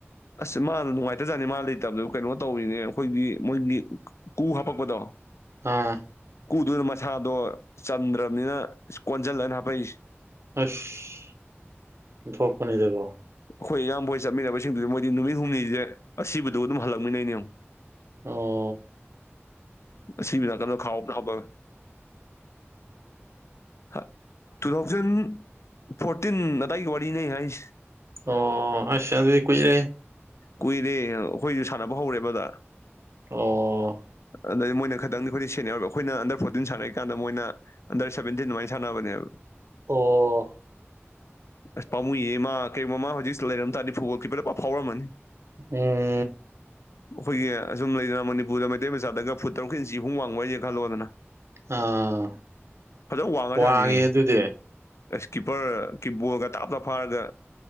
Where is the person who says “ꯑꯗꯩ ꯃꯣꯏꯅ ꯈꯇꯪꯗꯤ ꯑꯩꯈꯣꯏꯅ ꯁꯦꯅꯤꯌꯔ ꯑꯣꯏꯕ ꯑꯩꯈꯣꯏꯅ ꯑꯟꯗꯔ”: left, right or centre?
Left